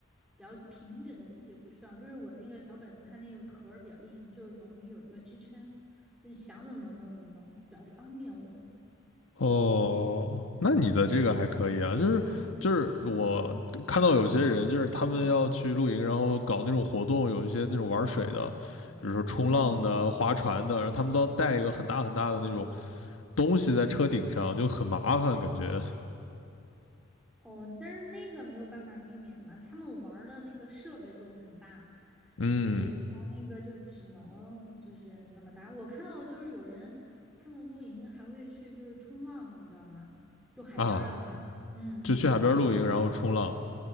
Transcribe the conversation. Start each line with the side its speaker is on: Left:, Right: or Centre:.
Centre: 比较平整的地，也不需要。就是我那个小本子，它那个壳儿比较硬，就是等于有一个支撑，就是想怎么弄怎么弄，就比较方便，我觉得。
Left: 哦，那你的这个还可以啊，就是就是我看到有些人就是他们要去露营，然后搞那种活动，有一些那种玩水的，比如说冲浪的、
Centre: 嗯，
Left: 划船的，然后他们都要带一个很大很大的那种东西在车顶上，就很麻烦感觉。
Centre: 哦，但是那个没有办法避免嘛，他们玩儿的那个设备就很大，
Left: 嗯，
Centre: 所以他那个就只能就是那么大。我看到就是有人他们露营还会去就是冲浪，你知道吗？就海边儿的话，
Left: 啊，
Centre: 嗯嗯，
Left: 就去海边露营，然后冲浪。